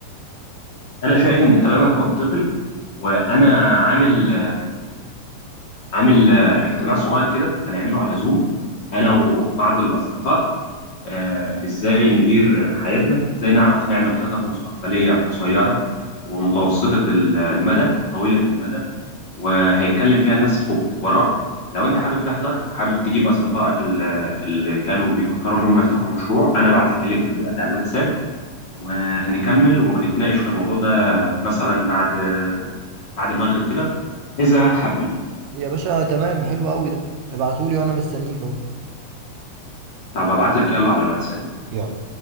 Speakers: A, on the left; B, on the right.
A: أنا شايف إن كلامك منطقي وأنا عامل عامل آه، اجتماع صغير كده هنعمله على زوم انا وبعض الاصدقاء آه، ازاي ندير حياتنا ازاي نعرف نعمل خطط مستقبليه قصيره ومتوسطه ال- المدى وطويله المدى وهيتكلم فيها ناس خبراء لو انت حابب تحضر وحابب تجيب اصدقائك ال- اللي كانوا بيفكروا ان هم يفتحوا مشروع انا ابعت لك اللينك دلوقتي على الواتساب ونكمل ونتناقش في الموضوع ده مثلا بعد بعد المغرب كده اذا حابين
B: يا باشا تمام حلو قوي ده ابعتولي وانا مستنيك اهو
A: طب ابعت لك يلا على الواتساب
B: يلا